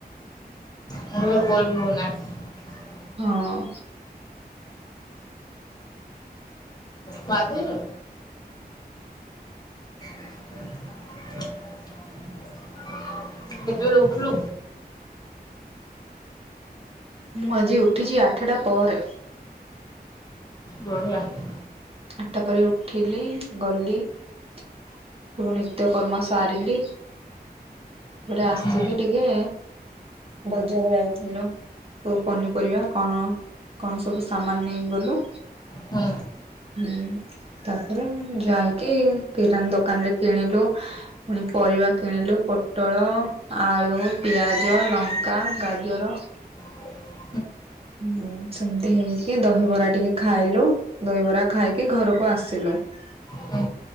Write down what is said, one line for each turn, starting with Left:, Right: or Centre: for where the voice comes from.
Left: <unintelligible>
Right: ହଁ
Left: ବାଧରୁ <unintelligible> କେତେବେଳେ ଉଠିଲୁ?
Right: ମୁଁ ଆଜି ଉଠିଛି ଆଠଟା ପରେ
Left: ବଢ଼ିଆ ।
Right: ଆଠଟା ପରେ ଉଠିଲି, ଗଲି ସବୁ ନିତ୍ୟ କର୍ମ ସାରିଲି। ରେ, ଆସିକି
Left: ହୁଁ
Right: ଟିକେ ବଜାର ଯାଇଥିଲୁ । ସବୁ ପନିପରିବା କଣ କଣ ସବୁ ସାମାନ ନେଇଗଲୁ
Left: ହୁଁ
Right: ହୁଁ ତାପରେ ଯାଇକି କିରାନ୍ ଦୋକାନ ରେ କିଣିଲୁ, ପୁଣି ପରିବା କିଣିଲୁ । ପୋଟଳ, ଆଳୁ, ପିଆଜ, ଲଙ୍କା, ଗାଜର
Left: ହଉ <unintelligible>
Right: ହୁଁ ସେମିତି ହେଇକି, ଦହିବରା ଟିକେ ଖାଇଲୁ, ଦହିବରା ଖାଇକି ଘରକୁ ଆସିଲୁ ।
Left: ହଁ <unintelligible>